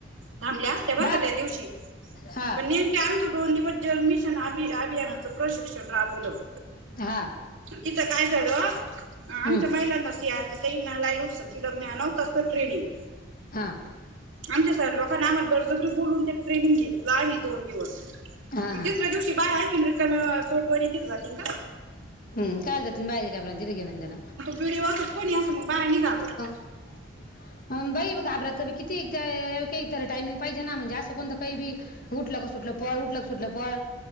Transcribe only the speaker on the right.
थांबले असते बर
का त्या दिवशी
पण नेम ते आमचं दोन दिवस जल मिशन अभि अभियानाचं प्रशिक्षण राबवलं.
तिथं काय झालं? आमच्या
महिलांना सी आर पी ताईनां <unintelligible> नव्हतास तो ट्रेनिंग.
आमच्या सर लोकांन आम्हाला बरजबरी बोलून ट्रेनिंग घेतलं आणि दोन दिवस.
तिसऱ्या दिवशी ची बाया आहे रिकाम्या सोट वर येतीन जातीन का?
बी डी ओ असो कोणी असो बाया नाही घाबरत.